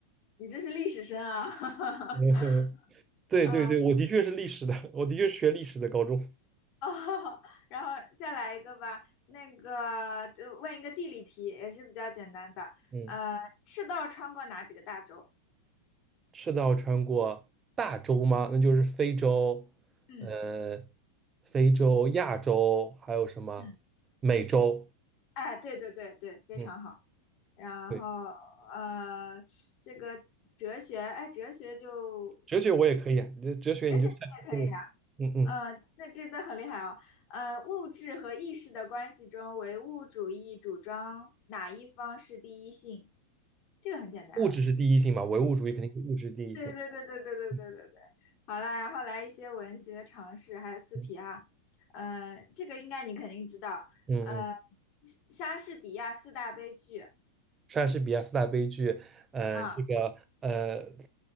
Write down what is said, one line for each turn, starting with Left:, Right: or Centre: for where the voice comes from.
Left: 你这是历史生啊！
Right: 嗯
Left: <laughs>
Right: 对对对，
Left: 啊
Right: 我的确是历史的，我的确是学历史的高中。
Left: 哦，<laughs> 然后再来一个吧。那个，呃问一个地理题，也是比较简单的。
Right: 嗯，
Left: 呃，赤道穿过哪几个大洲？
Right: 赤道穿过大洲吗？那就是非洲，
Left: 嗯
Right: 呃，非洲、亚洲，还有什么美洲？
Left: 嗯，哎，对对对对，非常好。
Right: 嗯，
Left: 然后，
Right: 对，
Left: 呃，这个哲学，哎，哲学就
Right: 哲学我也可以啊，这哲学你就算嗯嗯嗯，
Left: 哲学你也可以啊。呃，那真的很厉害哦。呃，物质和意识的关系中，唯物主义主张哪一方是第一性？这个很简单啊
Right: 物质是第一性嘛，唯物主义肯定是物质第一性。
Left: 对对对对对对对对对，
Right: 嗯
Left: 好了，然后来一些文学常识，还有四题啊，
Right: 嗯
Left: 呃，这个应该你肯定知道，
Right: 嗯。
Left: 呃，
Right: 嗯
Left: 莎士比亚四大悲剧
Right: 莎士比亚四大悲剧，呃，
Left: 啊，
Right: 这个呃，